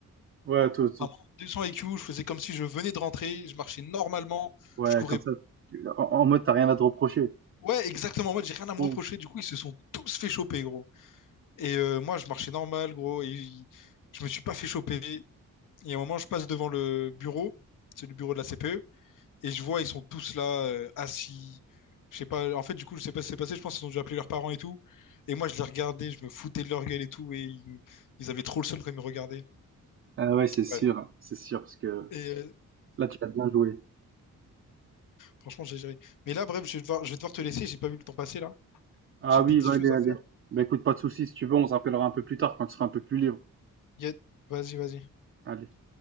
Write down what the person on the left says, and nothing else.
Vraiment, 200 IQ, je faisais comme si je venais de rentrer, je marchais normalement,
je courais.
Ouais, exactement, moi, j'ai rien à me
reprocher. Du coup, ils se sont tous fait choper, gros. Et euh, moi, je marchais normal, gros, et j- je me suis pas fait choper. Et à un moment, je passe devant le bureau, c'est le bureau de la CPE, et je vois, ils sont tous là, euh, assis. Je sais pas, en fait, du coup, je sais pas ce qui s'est passé, je pense qu'ils ont dû appeler leurs parents et tout. Et moi, je les regardais, je me foutais de leur gueule et tout, et ils, ils avaient trop le seum quand ils me regardaient.
Bref.
Et euh,
franchement, j'ai géré. Mais là, bref, je vais devoir, je vais devoir te laisser, j'ai pas vu le temps passer là.
J'ai
des petites
choses
à faire.
Y a- Vas-y, vas-y.